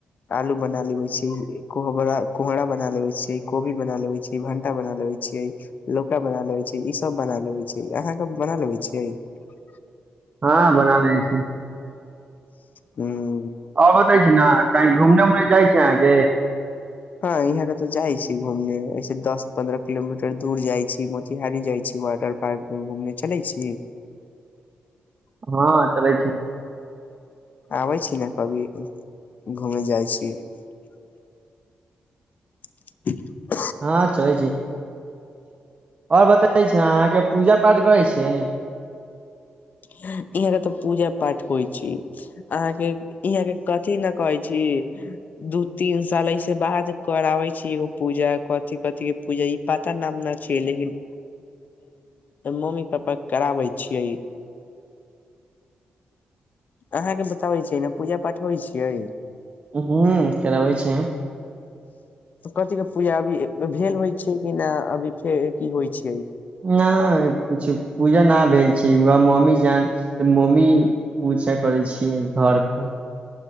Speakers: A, on the left (about 60°); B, on the right (about 40°).
A: आलू बना लेबे छी कोहरा बना लेे छियै कोबी बना लेबे छिय भंटा बना लेबे छियै लोक। क बना लेबे छै ई सब बना लेबे छै अहाँके बना लेबे छियै। <unintelligible>
B: हँ बढ़ान छै। <unintelligible>
A: हूं।
B: आओर बताै छै ने की घुमने- उमने। जाइ छै अहाँके। <unintelligible>
A: हँ यहाँके तऽ जाइ छी घूमने ऐसे दस पन्द्रह किलोमीटर दूर जाइ छी मोतिहारी जाइ छी वाटर पार्कमे घूमने चलै छी। <unintelligible>
B: हँ चलै छै। <unintelligible>
A: आबै छी ने कभी घूमय जाइ छी। <unintelligible> <unintelligible>
B: हँ चलै छै। <unintelligible> आओर बतै छी ने अहाँके पूजा पाठ करै छै। हं। <unintelligible>
A: यहाँ के तऽ पूजा पाठ होइ छै, अहाँके यहाँ के कथि ने कहै छी, दू तीन साल ऐसे बाद कराबै छी, एगो पूजा कथि-कथि के पूजा ई पता नाम न छै लेकिन मम्मी-पप्पा कराबै छियै। अहाँके बताबै छी ने, पूजा-पाठ होइ छियै।
B: हू कराबै छै।
A: कथी क पूजा अभी भेल होइ छै, कि नहि अभी फेर की होइ छै।
B: नइऽ। किछु पूजा न भेल छै, वहे मम्मी जान त मम्मी। पूजा करै छियै घर पर।